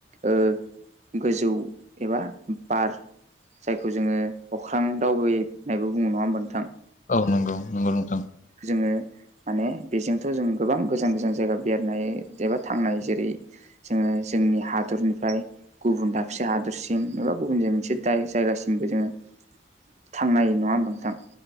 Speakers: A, on the right; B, on the left.
A: ओ गोजौ एबा बार जायखौ जोङो अख्रां दावबायनायबो बुङो नङा होमबा नोंथां।
B: औ नंगौ नंगौ नोंथां
A: जोङो माने बेजोंथ जों गोबां गोजान गोजान जायगा बेरनाय एबा थांनाय जेरै जोङो जोंनि हादरनिफ्राय गुबुन दाबसे हादरसिम एबा गुबुनाय मोनसे दा जायगासिमबो जोङो थांना हायो नङा होमबा नोंथां